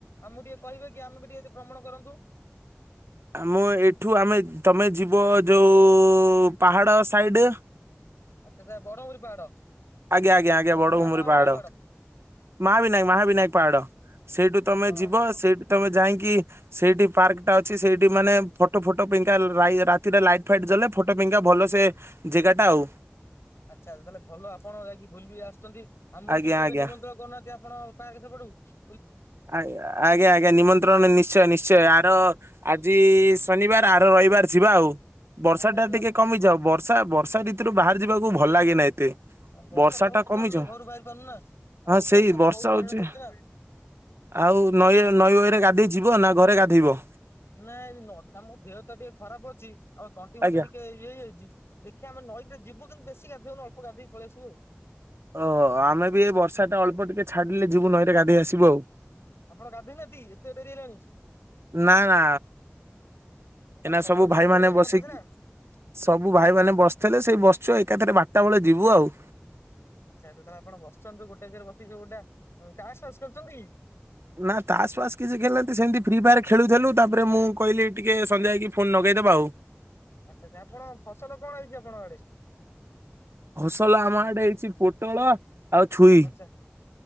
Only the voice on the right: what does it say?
ଆମ ଏଇଠୁ ଆମେ- ତମେ ଯିବ ଯୋଉ ପାହାଡ ସାଇଡ
ଆଜ୍ଞା ଆଜ୍ଞା ଆଜ୍ଞା ବଡଘୁମୁର
ପାହାଡ। ମହାବିନାୟକ ମହାବିନାୟକ ପାହାଡ ସେଇଠୁ ତମେ
ଯିବ ସେଇଠୁ ତମେ ଯାଇକି ସେଇଠି ପାର୍କ ଟା ଅଛି ସେଇଠି ମାନେ ଫଟୋ ଫଟୋ ପାଇଁ କା ରାତିରେ ଲାଇଟ ଫାଇଟ ଜଳେ ଫଟୋ ପାଇଁ କା ଭଲ ସେ ଯେଗାଟା ଆଉ।
ଆଜ୍ଞା
ଆଜ୍ଞା
ଆଜ୍ଞା ଆଜ୍ଞା ନିମନ୍ତ୍ରଣ ନିଶ୍ଚୟ ନିଶ୍ଚୟ ଆର୍ ଆର ଆଜି ଶନିବାର ଆର ରଇବାର ଯିବା ଆଉ। ବର୍ଷା
ଟା
ଟିକେ କମିଯାଉ ବର୍ଷା ବର୍ଷା ଋତୁରୁ ବାହାର ଯିବାକୁ ଭଲ ଲାଗେନା ଏତେ।
ଟା କମିଯାଉ
ହଁ
ସେଇ
ହଉଛି
ଆଉ ନଈ ନଈରେ ଗାଧୋଇ ଯିବ ନା ଘରେ ଗାଧୋଇବ?
ଆଜ୍ଞା।
ଓ ଆମେ ବି ଏ ବର୍ଷା ଟା ଅଳ୍ପ ଟିକେ ଛାଡିଲେ ଯିବୁ ନଈରେ ଗାଧେଇ ଆସିବୁ ଆଉ।
ନା ନା
ଏଇନା
ସବୁ
ଭାଇ ମାନେ
ବସିକି-
ସବୁ ଭାଇ ମାନେ ବସିଥିଲେ ସେଇ ବସିଚୁ ଏକାଥରେ ବାଟ ଟା ବେଳେ ଯିବୁ ଆଉ।
ନା ତାସ୍ ଫାସ୍ କିଛି ଖେଳିନାହାନ୍ତି ସେମିତି ଫ୍ରି ଫାୟାର୍ ଖେଳୁଥିଲୁ ତାପରେ ମୁଁ କହିଲି ଟିକେ ସଞ୍ଜ ହେଇକି ଫୋନ ଲଗେଇ ଦବା ଆଉ।
ଫସଲ ଆମ ଆଡେ ହେଇଛି ପୋଟଳ ଆଉ ଛୁଇଁ।